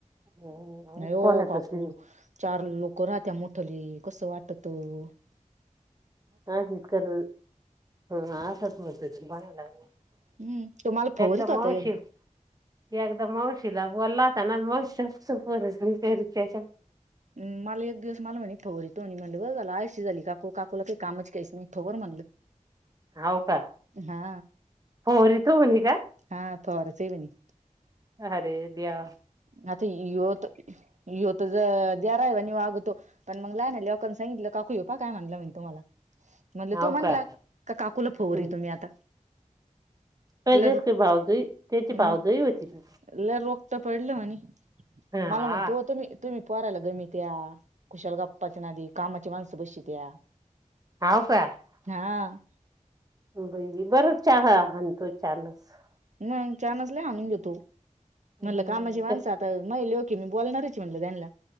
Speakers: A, on the right; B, on the right.
A: अगं
B: <inaudible> नाही.
A: ते
B: हो
A: कोणाचाच
B: काकू
A: नाही
B: चार लोक राहत्या मोठली कसं वाटतो <inaudible>
A: हा चच <inaudible> कर हाचतला <inaudible>
B: हम्म तो मला फवरीत
A: एकदम
B: होता
A: अवशष ते एकदम <inaudible> मावशीला ब लावताना मावशीच्यार र्च्या
B: म मला एक दिवस मला म्हणे फगर य तो आणि म्हटलं बघला शी झाली काकू काकूला काही कामच करायच नाही फवर म्हणलं
A: हाव का
B: <inaudible> हा
A: पोरी तो म्हणे का
B: हा फर जवेणे <inaudible>
A: <inaudible> अरे द्या
B: <inaudible> मता यवत य ज द्याराहि वाग होतो पण मग लय ना लवकांना सांगितलं काकू ये पा काय म्हणलं म्हणे तुम्हाला <inaudible> <inaudible> म्हणल
A: हाव
B: तो म्हणला
A: का
B: का काकुला फोवर
A: हं.
B: तुम्ही आता. <inaudible>
A: पण
B: एलर
A: जस काय भावजोई त्याची
B: एलर
A: भावजोई होती ती
B: हगत. पडलं
A: हा
B: मला <inaudible> म्हणतो तुम्ही तुम्ही पारायला गमीित्या कुशाल गप्पाच्या नादी कामाची माणसं बशीित या <inaudible>
A: ह का. <inaudible>
B: हा.
A: बई बरंच चहा <unintelligible> चानस
B: <unintelligible> ग चानस लई आणून देतो,
A: हम्म,
B: म्हणलं कामाची माणसं
A: ते
B: आता माई ल्योक ये मी बोलणारच ची म्हणलं त्यानला